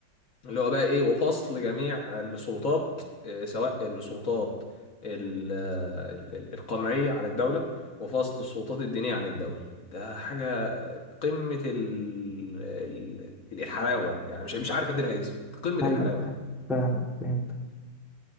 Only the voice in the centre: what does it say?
ايوه
فاهمك فهمتك